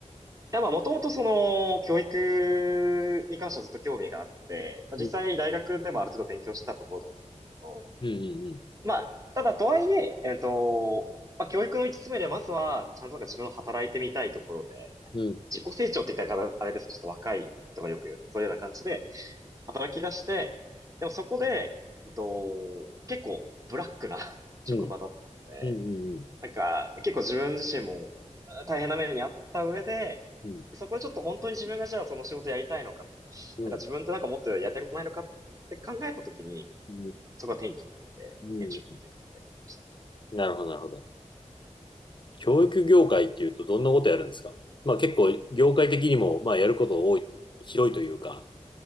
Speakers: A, on the right (about 25°); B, on the left (about 40°).
A: や、まあ、もともとその、教育に関してはずっと興味があって、まあ、
B: うん、
A: 実際に大学でもある程度勉強したところだったんですけど、
B: うん、
A: まあ、ただとはいえ、えっと、まあ、教育の一つ目でまずは、ちゃんとなんか自分の働いてみたいところで、なんか自己成長って言ったらあれですけど、
B: うん、
A: ちょっと若い人がよく言うような、そういうような感じで、働き出して、でもそこで、うんと、結構ブラックな <laughs> 職場だったので、
B: うん、うん、うん、
A: なんか結構自分自身もあ大変な目にあった上で、
B: うん、
A: そこでちょっと本当に自分がじゃあその仕事やりたいのかと、
B: うん、
A: なんか自分ってなんかもっとやりたいことないのかって考えたときに、
B: うん、うん、
A: そこが転機になって転職っていうところで選びました。
B: うんなるほど、なるほど。教育業界っていうとどんなことやるんですかまあ結構、業界的にも、まあやること多い、広いというか、